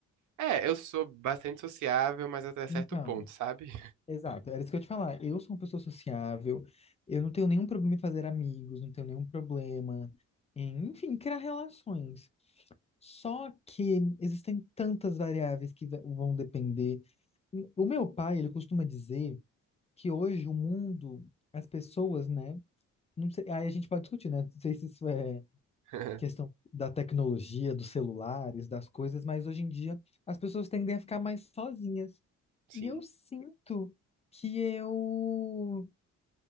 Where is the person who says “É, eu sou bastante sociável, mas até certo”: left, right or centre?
Right